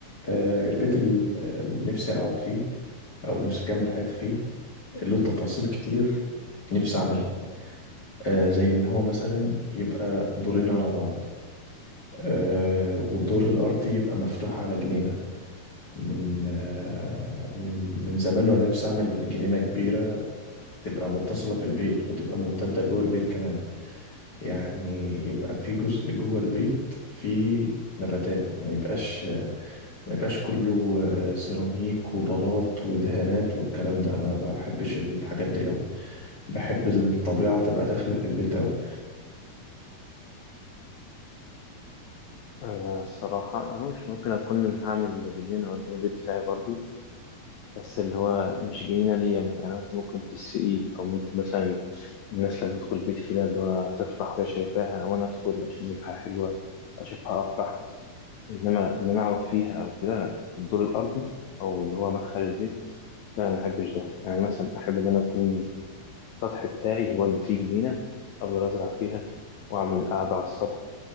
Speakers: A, on the left (about 40°); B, on the left (about 85°).
A: آه، البيت اللي نفسي أقعد فيه أو نفسي أكمل حياتي فيه له تفاصيل كتير نفسي أعملها آه، زي إن هو مثلا يبقى دورين على بعض آه، والدور الأرضي يبقى مفتوح على جنينة من آه، من من زمان وأنا نفسي أعمل جنينة كبيرة تبقى متصلة في البيت وتبقى ممتدة جوه البيت كمان يعني يبقى في جزء جوه البيت فيه نباتات ما يبقاش ما يبقاش كله آه، سيراميك وبلاط ودهانات والكلام ده انا ما بحبش الحاجات دي قوي بحب الطبيعة تبقى داخلة في البيت قوي
B: أنا الصراحة أنا مش ممكن أكون هعمل جنينة قدام البيت بتاعي برضو بس اللي هو مش جنينة ليا أنا يعني مثلا ممكن تسقيه أو ممكن مثلا الناس لما تدخل بيتي كده اللي هو تفرح وهي شايفاها وأنا أدخل أشم ريحة حلوة أشوفها أفرح إنما إن أنا أقعد فيها أو كده في الدور الأرضي أو اللي هو مدخل البيت لا ما بحبش ده يعني مثلا أحب إن أنا أكون السطح بتاعي هو اللي فيه جنينة أفضل أزرع فيها وأعمل قعدة على السطح